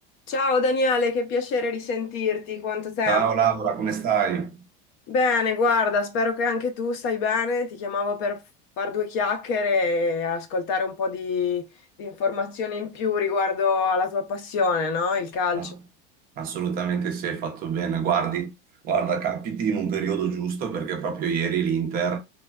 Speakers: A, on the left; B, on the right.
A: Ciao Daniele, che piacere risentirti, quanto tempo.
B: Ciao Laura, come stai?
A: Bene, guarda, spero che anche tu stai bene. Ti chiamavo per far due chiacchiere e ascoltare un po' di, di informazioni in più riguardo alla tua passione, no? Il calcio.
B: Ass- Assolutamente sì, hai fatto bene. Guardi, guarda, capiti in un periodo giusto perché proprio ieri l'Inter